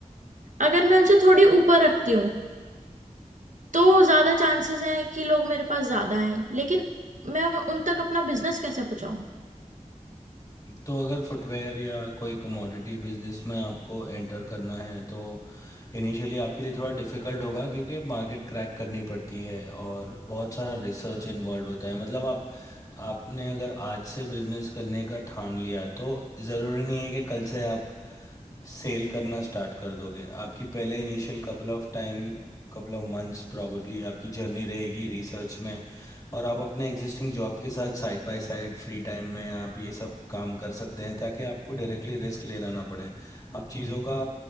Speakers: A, on the right; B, on the left.
A: अगर मैं उनसे थोड़ी ऊपर रखती हूँ तो ज्यादा चांसेस हैं कि लोग मेरे पास ज्यादा आए लेकिन मैं उन तक अपना बिजनेस कैसे पहुंचाऊं
B: तो अगर फुटवेयर या कोई कमोडिटी बिजनेस में आपको एंटर करना है तो इनिशियली आपके लिए थोड़ा डिफिकल्ट होगा क्योंकि मार्केट क्रैक करनी पड़ती है और बहुत सारा रिसर्च इन्वॉल्व होता है मतलब आप आपने अगर आज से बिजनेस करने का ठान लिया तो ज़रूरी नहीं है कि कल से आप सेल करना स्टार्ट कर दोगे आपकी पहले initial couple of टाइम कपल ऑफ months probably आपकी जर्नी रहेगी रिसर्च में और आप अपने एग्जिस्टिंग जॉब के साथ side by side free time में आप ये सब काम कर सकते हैं ताकि आपको डायरेक्टली रिस्क लेना ना पड़े आप चीज़ों का